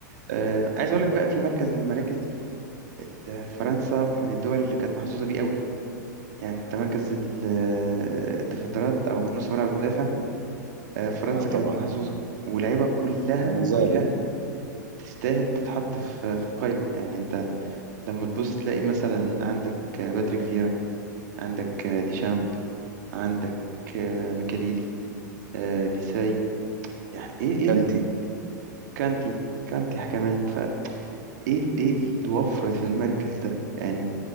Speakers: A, on the right; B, on the right.
A: آه، عايز اقول لك بقى في مركز من مراكز ال- فرنسا من الدول اللي كانت محظوظة بيه قوي يعني انت مركز ال- الديفندرات او نص ملعب المدافع آه، فرنسا
B: اه طبعا
A: كانت محظوظة ولاعيبة كلها
B: وما زالت
A: كلها تستاهل تتحط في في القايمة يعني انت لما تبص تلاقي مثلا عندك آه، باتريك فيرا عندك آه، ديشامب عندك آه، ميكاليلي آه، ديساي يعني ايه ايه
B: كانتي
A: ده كانتي كانتي كمان فايه ايه ايه الوفرة في المركز ده يعني